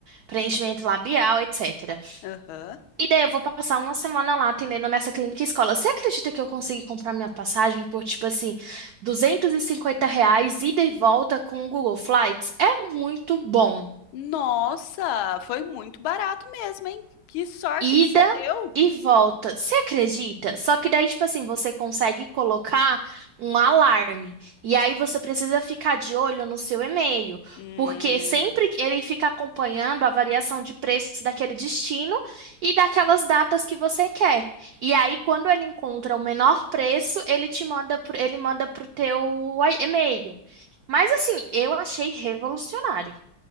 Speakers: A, on the right (about 80°); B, on the left (about 90°).
A: preenchimento labial, etc.
B: aham.
A: E daí eu vou passar uma semana lá atendendo nessa clínica escola. Você acredita que eu consegui comprar minha passagem por, tipo assim, 250 reais ida e volta com o Google Flights? É muito bom.
B: Nossa, foi muito barato mesmo, hein? Que sorte
A: ida
B: que você deu!
A: e volta. Você acredita? Só que daí, tipo assim, você consegue colocar um alarme. E aí você precisa ficar de olho no seu e-mail,
B: Hum,
A: porque sempre que ele fica acompanhando a variação de preços daquele destino e daquelas datas que você quer. E aí, quando ele encontra o menor preço, ele te manda, pro- ele manda pro teu e-mail. Mas assim, eu achei revolucionário.